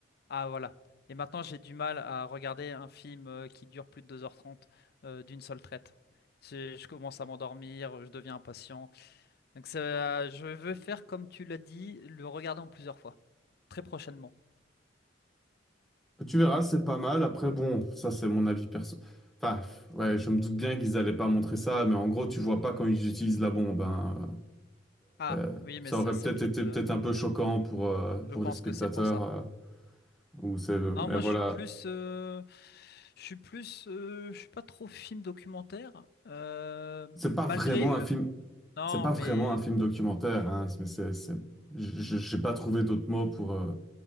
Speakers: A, on the left; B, in the centre.
A: Ah voilà. Et maintenant, j'ai du mal à regarder un film euh, qui dure plus de deux heures trente euh, d'une seule traite. C'est- Je commence à m'endormir, je deviens impatient. Donc ça- je veux faire comme tu l'as dit, le regarder en plusieurs fois, très prochainement.
B: Tu verras, c'est pas mal. Après, bon, ça c'est mon avis perso. Enfin, ouais, je me doute bien qu'ils allaient pas montrer ça, mais en gros, tu vois pas quand ils utilisent la bombe. hein. Euh,
A: Ah
B: C'est-
A: oui, mais
B: Ça
A: ça
B: aurait
A: c'est
B: peut-être
A: peut-être...
B: été peut-être
A: euh,
B: un peu choquant pour, euh,
A: je
B: pour
A: pense
B: les spectateurs.
A: que c'est pour ça.
B: euh, ou c'est, mais
A: Non, moi
B: voilà,
A: je suis plus... euh, je suis plus... euh, je suis pas trop film documentaire. euh,
B: c'est
A: malgré...
B: pas vraiment un
A: euh,
B: film.
A: Non,
B: C'est pas
A: mais...
B: vraiment un film documentaire. Hein, mais c'est, c'est- j- j'ai pas trouvé d'autres mots pour euh,